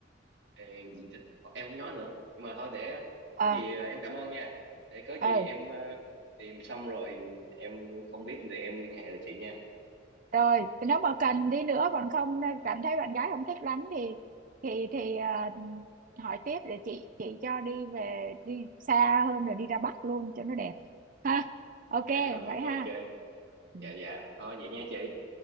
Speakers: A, on the right; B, on the right.
A: Ê, gì thích Thôi, em không nói nữa nhưng mà thôi để
B: ờ
A: có gì ờ, em cảm ơn nha để có gì
B: ờ
A: em ờ, tìm xong rồi em không biết thì em liên hệ lại chị nha
B: rồi nếu mà cần đi nữa còn không cảm thấy bạn gái không thích lắm thì thì thì à, hỏi tiếp để chị chị cho đi về đi xa hơn rồi đi ra Bắc luôn cho nó đẹp ha ok
A: dạ rồi
B: vậy ha
A: ok
B: Ừ.
A: dạ dạ thôi vậy nha chị